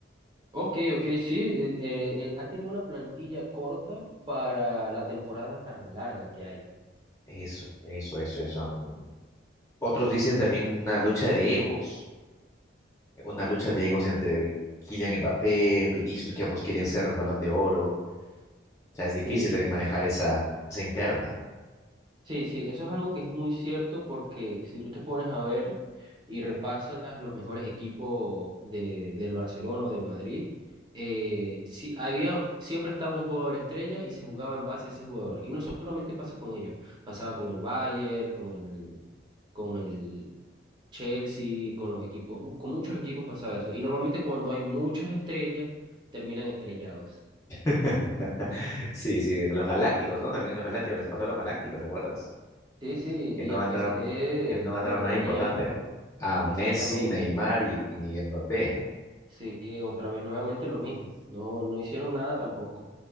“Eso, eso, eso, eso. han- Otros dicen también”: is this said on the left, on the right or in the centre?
Left